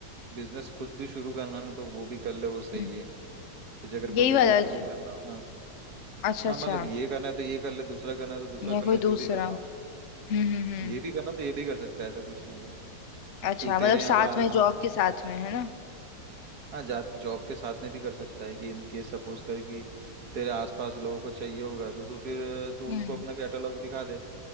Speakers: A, on the right; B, on the left.
A: बिजनेस खुद भी शुरू करना है ना तो वो भी कर ले वो सही
B: हम्म,
A: है तुझे अगर कोई
B: यही
A: बिजनेस
B: वाला
A: शुरू
B: ज-
A: करना हो ना
B: अच्छा
A: हाँ
B: अच्छा
A: मतलब ये करना है तो ये कर ले दूसरा करना है तो दूसरा
B: या
A: कर ले
B: कोई दूसरा
A: जो भी करना हो
B: हम्म हम्म हम्म
A: ये भी करना तो ये भी कर सकता है ऐसा कुछ नहीं है तू
B: अच्छा
A: तू
B: मतलब
A: तेरे यहाँ
B: साथ
A: तो आ-
B: में जॉब
A: हाँ
B: के साथ में है ना
A: हाँ जा जॉब के साथ में भी कर सकता है कि इन केस सपोज कर कि तेरे आसपास लोगों को चाहिए होगा तो तू फिर तू
B: हम्म
A: उनको अपना कैटलॉग दिखा दे